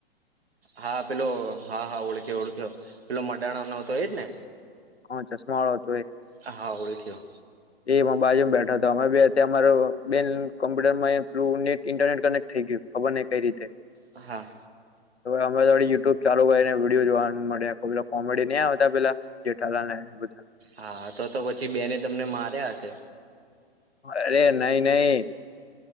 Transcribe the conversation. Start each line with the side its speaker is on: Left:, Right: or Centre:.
Right: હા પેલો હા હા ઓળખ્યો ઓળખ્યો પેલો મડાણા નો તો એ જ ને
Left: હ ચશ્માંવળો
Right: હ ઓળીખયો
Left: એ મારા બાજુમાં બેઠા હતા અમે બે અમારો બેન કોમ્પ્યુટર માંઇન્ટરનેટ કનેક્ટ થઈ ગયું ખબર ને કઈ રીતે
Right: હા
Left: અમે થડી યુટ્યુબ ચાલુ કરીને વિડીયો જોવા મળયા પે કોમેડી ન આવ હતા પેલા જેઠાલાલ ને એ બધા
Right: હા તો તો પછી બેને તમને માર્યા હશે
Left: અરે નઈ નહી